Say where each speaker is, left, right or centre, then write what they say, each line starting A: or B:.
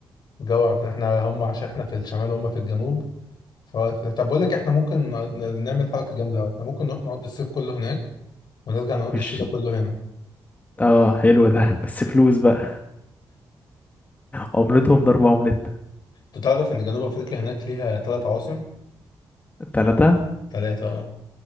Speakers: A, on the left; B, on the left.
A: جو احنا هم عشان احنا في الشمال وهم في الجنوب ف... طب بقول لك احنا ممكن ن- نعمل حركه جامده أوي. احنا ممكن نروح نقضي الصيف كله هناك ونرجع نقضي
B: وش
A: الشتاء كله هنا
B: اه حلو ده <laughs> بس فلوس بقى عملتهم ضرب عملتنا
A: انت تعرف ان جنوب افريقيا هناك ليها ثلاث عواصم
B: التلاتة
A: ثلاثه اه